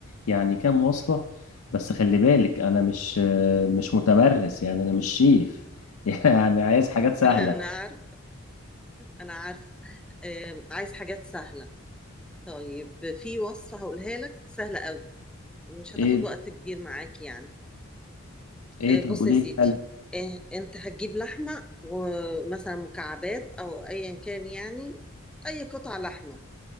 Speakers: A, on the left; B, in the centre.
A: يعني كام وصفة بس خلي بالك أنا مش آه، مش متمرس يعني أنا مش شيف <laughs> يعني عايز حاجات سهلة
B: <laughs> انا عارف انا عارف آه عايز حاجات سهله طيب في وصفه هقولها لك سهله قوي مش هتاخد
A: ايه
B: وقت كبير معاك يعني
A: ايه
B: آه
A: طب
B: بص
A: قولي
B: يا سيدي
A: لي حل
B: آه انت هتجيب لحمه ومثلا مكعبات او ايا كان يعني اي قطع لحمه